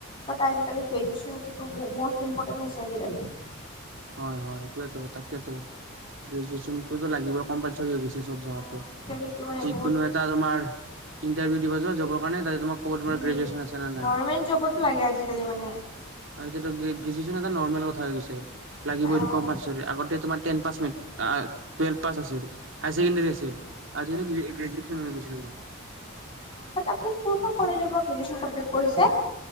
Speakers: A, on the left; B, on the right.
A: বাট আজিকালি গ্ৰেজুয়েচন টো টো মষ্ট ইম্পৰ্টেণ্ট হৈছে আজিকালি।
B: হয় হয় সাইটিয়েটো তাকেতো, গ্ৰেজুৱেচনটো লাগিব কম্পালচৰি হৈ গৈছে। চব জাগাতে,
A: অ' আজিকালি এইটো মানে
B: যি
A: বহুত
B: কোনো এটা তোমাৰ ইন্টাৰভিঅ দিব যোৱা কাৰণে তোমাক ক'ব তোমাকৰ
A: উম,
B: গ্ৰেজুয়েচন আছে নে নাই?
A: গভৰ্ণমেণ্ট জবতো লাগে আজিকালি মানে
B: আ এতিয়াটো গ্ৰেজুয়ে <unintelligible> নৰ্মেল কথা হে কৈছে। লাগিব
A: অ'।
B: এইটো কম <unintelligible> আগতে তোমাৰ টেন পাছ, আহ টোৱেলভ পাছ আছিল, হাই ছেকেণ্ডাৰী আছিল আজিকালি গ্ৰেজোওৱেন হৈ গৈছে তোমাৰ।
A: বাট আপুনি কোনখন কলেজৰ পৰা গ্ৰেজোৱেচন কোমপ্লিট কৰিছে।